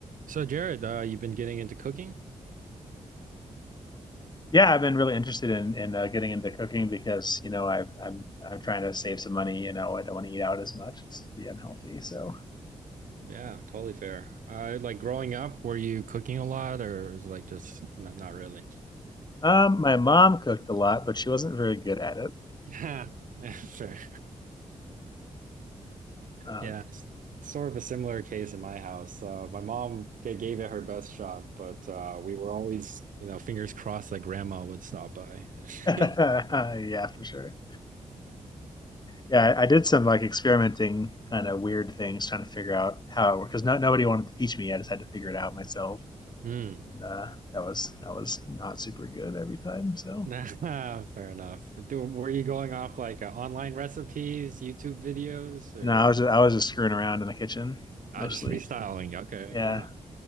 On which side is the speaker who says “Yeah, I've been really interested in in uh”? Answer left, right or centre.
Left